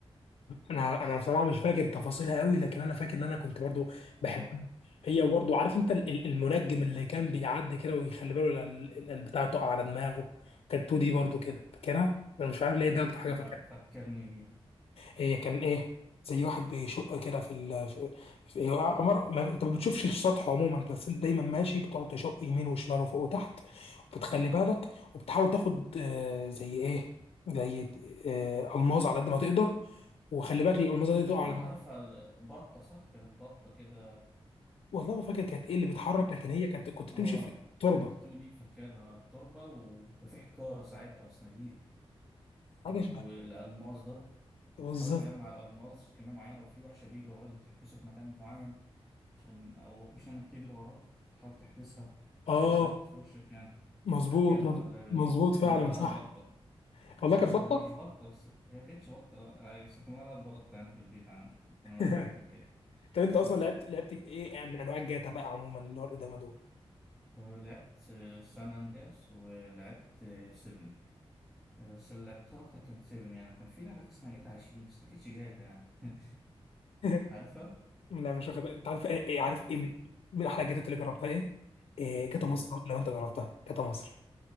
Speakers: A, on the left (about 85°); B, in the centre.
A: انا انا بصراحه مش فاكر تفاصيلها قوي لكن انا فاكر ان انا كنت برضو
B: <laughs> اه
A: بحبها هي برضه عارف انت ال- ال- المنجم اللي كان بيعدي كده ويخلي باله لا ال- ال- البتاع تقع على دماغه كانت 2 دي برضه كده فاكرها انا مش عارف ليه ده اكتر حاجه
B: لا
A: فاكرها
B: فكرني بيها
A: هي كان ايه زي واحد بيشق كده في ال في في- هو عمر ما انت ما بتشوفش السطح عموما بس انت دايما ماشي بتقعد تشق يمين وشمال وفوق وتحت وبتخلي بالك وبتحاول تاخد آه، زي ايه زي آه، الماظ على قد ما تقدر وخلي بالك الالماظه دي تقع
B: اه
A: على دماغك
B: عارفها بطة صح كانت بطة كده
A: والله ما فاكر كانت ايه اللي بيتحرك لكن هي كانت كنت بتمشي
B: اه
A: في تربه
B: كانت 2 دي فاكرها تربة وكان في حجارة ساعات أو صناديق
A: حاجه
B: والألماس ده
A: بالظبط
B: بتحاول تجمع الألماس كمية معينة وفي وحشة بيجري وراك بتحبسه في مكان معين عشان أو وحوش يعني بتجري وراك بتحاول تحبسها
A: اه
B: لو جت في وشك يعني
A: مظبوط
B: فاكرها
A: مظ-
B: اللعبة
A: مظبوط
B: دي
A: فعلا
B: كنا بنقول
A: صح
B: عليها البطة
A: والله
B: كنا
A: كانت بطه
B: هي مش بطة بس هي ما كانتش بطة لا أيوة بس كنا بنقول عليها البطة يعني في البيت عندي كنا
A: <laughs>
B: أنا وأخواتي وكده
A: طب انت اصلا
B: <laughs>
A: لعبت لعبت ايه من انواع الجاتا بقى عموما اللي هو القدامى دول
B: لعبت سان أندرياس ولعبت 7 إيه، بس اللي لعبتها أكتر كانت 7 يعني وكان في لعبة كان اسمها جاتا 20 بس ما كانتش جاتا يعني <laughs>
A: <laughs>
B: عارفها؟
A: لا مش واخد بالي. انت عارف ايه ايه- عارف
B: في
A: ايه من, من احلى الجاتات اللي جربتها ايه؟ إيه جاتا
B: إيه
A: مصر لو لو انت جربتها جاتا مصر